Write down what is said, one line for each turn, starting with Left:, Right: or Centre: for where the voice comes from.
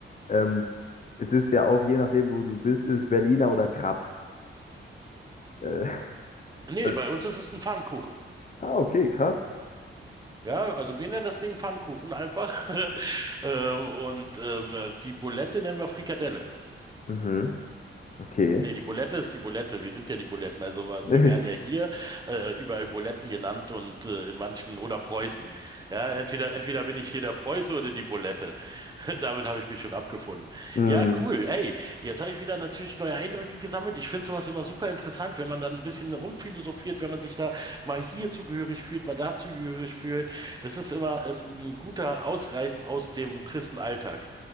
Left: Ähm, es ist ja auch, je nachdem, wo du bist, ist Berliner oder Krapfen. Äh,
Right: Nee,
Left: <laughs>
Right: bei uns ist es ein Pfannkuchen.
Left: ah, okay, krass.
Right: Ja, also wir nennen das Ding Pfannkuchen einfach. <laughs> Ähm, und ähm, die Bulette nennen wir Frikadelle.
Left: Mhm. Okay.
Right: Nee, die Bulette ist die Bulette. Wir sind ja die Buletten. Also wa-
Left: <laughs>
Right: wir werden ja hier äh, überall Buletten genannt und äh, in manchen oder Preußen. Ja, entweder entweder bin ich hier der Preuße oder die Bulette. <laughs> Damit habe ich mich schon abgefunden.
Left: Mhm.
Right: Ja, cool. Ey, jetzt habe ich wieder natürlich neue Eindrücke gesammelt. Ich finde sowas immer super interessant, wenn man dann ein bisschen rumphilosophiert, wenn man sich da mal hier zugehörig fühlt, mal da zugehörig fühlt. Das ist immer ein, ein guter Ausreiß aus dem tristen Alltag.